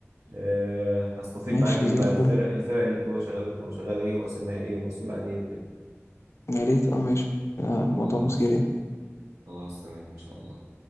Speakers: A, on the right; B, on the left.
A: آه، هستفيد
B: ماشي
A: معاك فيه
B: زي
A: بقى
B: الفل
A: الفرق الفرق اللي بتبقى شغاله بتبقى شغاله ايه واسمها ايه ومسؤول عن ايه وكده
B: يا ريت اه ماشي آه، الموضوع
A: خلاص
B: مثير يعني.
A: خلاص تمام إن شاء الله